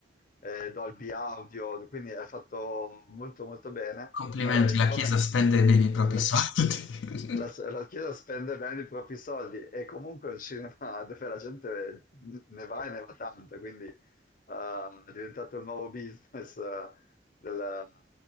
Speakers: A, on the left (about 50°); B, on the left (about 85°).
A: eh, Dolby Audio, quindi è fatto molto molto bene.
B: Complimenti,
A: Allora ho detto,
B: la Chiesa
A: va bene,
B: spende bene i propri
A: la,
B: soldi.
A: chi- <laughs> la,
B: <laughs>
A: la Chiesa spende bene i propri soldi e comunque è un cinema <laughs> dove la gente ne va e ne va tanto, quindi eh, è diventato il nuovo business eh, della,